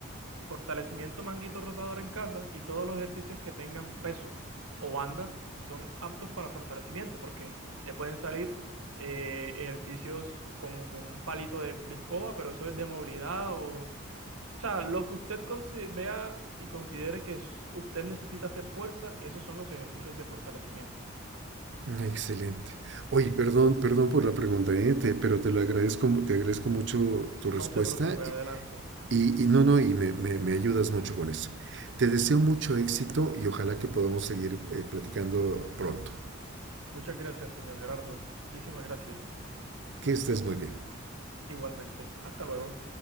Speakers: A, on the right (about 85°); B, on the right (about 55°).
A: Fortalecimiento manguito rotador en casa y todos los ejercicios que tengan peso o bandas son aptos para fortalecimiento porque le pueden salir eh, ejercicios con, con un palito de, de escoba, pero eso es de movilidad o... O sea, lo que usted consi- vea y considere que s- usted necesita hacer fuerza, esos son los ejercicios de fortalecimiento.
B: Mm, excelente. Oye, perdón, perdón por la pregunta, eh, te- pero te lo agradezco, mu- te agradezco mucho tu respuesta
A: No se preocupe, adelante.
B: Y, y no, no, y me, me- me ayudas mucho con eso. Te deseo mucho éxito y ojalá que podamos seguir eh, platicando pronto.
A: Muchas gracias, señor Gerardo. Muchísimas gracias.
B: Que estés muy bien.
A: Igualmente. Hasta luego.